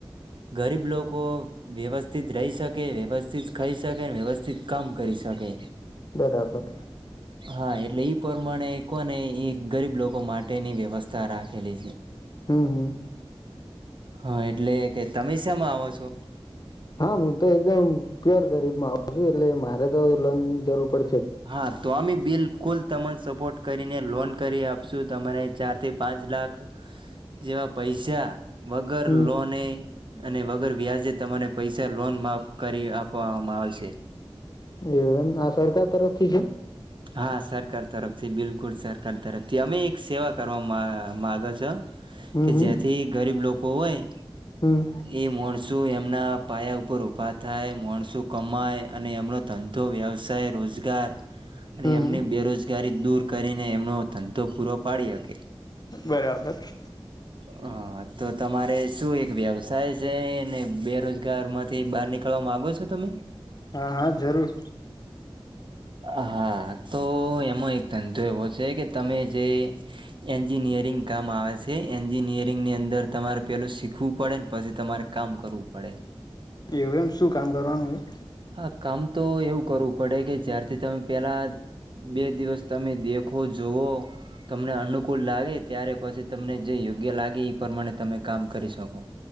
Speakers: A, on the right (about 55°); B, on the left (about 40°).
A: ગરીબ લોકો વ્યવસ્થિત રહી શકે વ્યવસ્થિત ખાઈ શકે વ્યવસ્થિત કામ કરી શકે
B: બરાબર
A: હા એટલે ઈ પ્રમાણે કોને એક ગરીબ લોકો માટેની વ્યવસ્થા તારા ખેલી છે
B: હમ હમ.
A: હા એટલે કે તમે શમાં આવો છો
B: હા હું તો એકદમ પ્યોર ગરીબ મા છું એટલે મારે તો લોન જરૂર પડશે જ
A: હા તો અમે બિલકુલ તમને સપોર્ટ કરીને લોન કરી આપશું તમારે ચારથી પાંચ લાખ જેવા પૈસા વગર
B: હમ.
A: લોને અને વગર વ્યાજે તમાને પૈસા લોન માપ કરી આપવામાં આવશે
B: એવમ આ સરકાર તરફ ઠીક છે
A: હા સરકાર તરફથી બિલકુલ સરકાર તરફથી અમે એક સેવા કરવા મા માગો છો
B: હમ
A: કે
B: હમ
A: જેથી ગરીબ લોકો હોય
B: હમ
A: એ માણસું એમના પાયા ઉપર ઉભા થાય માણસું કમાય અને એમનો ધંધો વ્યવસાય રોજગાર ઘર અને
B: હમ
A: એમને
B: હમ
A: બેરોજ ગ દૂર કરીને એમનો ધંધો પૂરો પાડી શકે
B: બરાબબર
A: હા તો તમારે શું એક વ્યવસાય છે ને બેરોજગાર માંથી બહાર નીકળવા માગો છો તમે
B: હા હા જરૂર
A: હા તો એમાં એક ધંધો એવો છે કે તમે જે એન્જિનિયરિંગ કામ આવે છે એન્જિનિયરિંગ ની અંદર તમારે પેલું શીખવું પડે ને પછી તમારે કામ કરવું પડે
B: એવું એમ શું કામ કરવાનું હોય
A: હા કામ તો એવું કરવું પડે કે જ્યારથી તમે પેલા બે દિવસ તમે દેખો જોવો તમને અનુકૂળ લાગે ત્યારે પછી તમને જે યોગ્ય લાગે એ પ્રમાણે તમે કામ કરી શકો